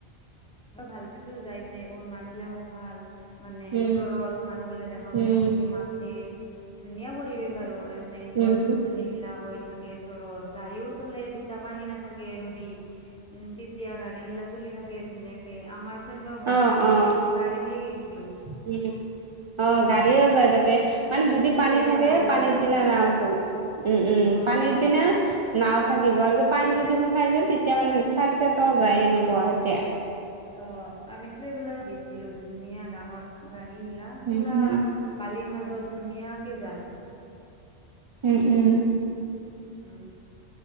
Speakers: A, in the centre; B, on the right.
A: মই ভালে পাইছো যাই কিনে এইবোৰ মানুহবিলাক ভাল। মানে
B: উম,
A: ওচৰত মানুহ বিলাক দেখা
B: উম,
A: পালে ধূনীয়া কৈ মাতে ধুনীয়া পৰিৱেশ আৰু। মানে
B: উম,
A: গছ-গছনি বিলাক হৈ থাকে ওচৰত গাড়ীও চলে। তেয়া পানী নাথাকে নদীত উম' তেতিয়া গাড়ী বিলাক চলি থাকে ধুনীয়াকে। আমাৰ- ফ্ৰেণ্ডৰ ঘৰত
B: অ',
A: যে গৈছিলো
B: অ',
A: গাড়ী দিয়ে গৈছিলো।
B: উম। অ', গাড়ীও যায় তাতে মানে যদি পানী
A: ট্ৰেভেলাৰ
B: থাকে
A: গিলা
B: পানীৰ
A: যাই
B: পিনে
A: যি
B: নাওঁ যাব। উম' উম'
A: অ
B: পানীৰ
A: অ
B: পিনে- নাওঁ থাকিব আৰু পানী যদি শুকাই যায়। তেতিয়া মানে চালে চাওঁতে যায় সেনেকুৱা এতিয়া।
A: অ আমি ট্ৰেভেলাৰ গৈছিলো ধুনীয়া ডাঙৰ গাড়ী। সেইবিলাক
B: উম,
A: পুৰা
B: উম,
A: বালিৰ মাজত ধুনীয়াকে যায়।
B: উম' উম'
A: উম'